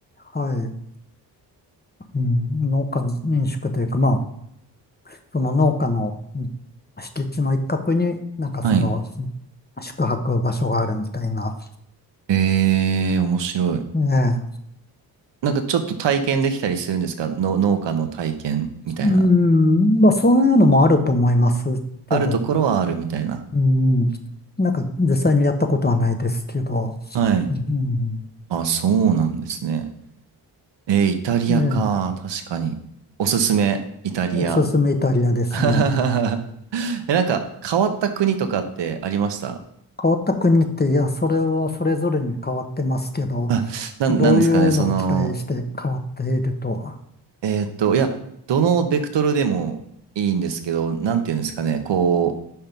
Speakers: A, on the left; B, on the right.
A: はい。うん、農家民宿というか、まあ、その農家のうん敷地の一角に、なんかその、
B: はい。
A: 宿泊場所があるみたいな。
B: えー、面白い。
A: ええ、
B: なんかちょっと体験できたりするんですかの農家の体験みたいな。
A: うん、まあそういうのもあると思いますけど、
B: あるところはあるみたいな。
A: うん、なんか実際にやったことはないですけど、
B: はい。
A: うん
B: あ、そうなんですね。えー、イタリアか。
A: ええ、
B: 確かに。おすすめ、イタリア。
A: おすすめイタリアですね。
B: <laughs> え、なんか変わった国とかってありました
A: 変わった国って、いや、それはそれぞれに変わってますけど、
B: あ、なん、
A: どういうのを期待して変わっているとは。
B: なんですかね、その、えーっと、いや、どのベクトルでもいいんですけど、なんていうんですかね、こ